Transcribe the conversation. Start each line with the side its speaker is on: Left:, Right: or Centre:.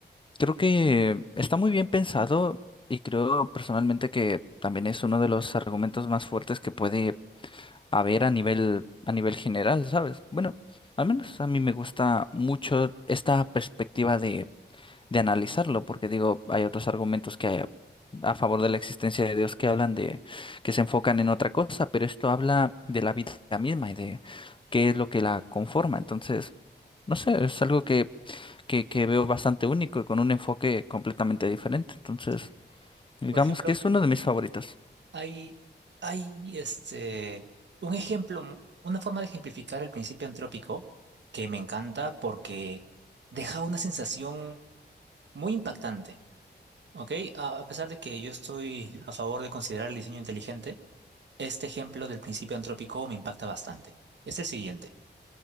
Left: Creo que está muy bien pensado y creo personalmente que también es uno de los argumentos más fuertes que puede haber a nivel a nivel general, ¿sabes? Bueno, al menos a mí me gusta mucho esta perspectiva de, de analizarlo, porque digo, hay otros argumentos que a favor de la existencia de Dios que
Right: Claro.
Left: hablan de que se enfocan en otra cosa, pero esto habla de la vida misma y de qué es lo que la conforma. Entonces, no sé, es algo que que, que veo bastante único y con un enfoque completamente diferente. Entonces,
Right: Sí.
Left: digamos
Right: Por ejemplo,
Left: que es uno de mis favoritos.
Right: Hay, hay este, un ejemplo, una forma de ejemplificar el principio antrópico que me encanta porque deja una sensación muy impactante, ¿ok? A, a pesar de que yo estoy a favor de considerar el diseño inteligente, este ejemplo del principio antrópico me impacta bastante. Es el siguiente.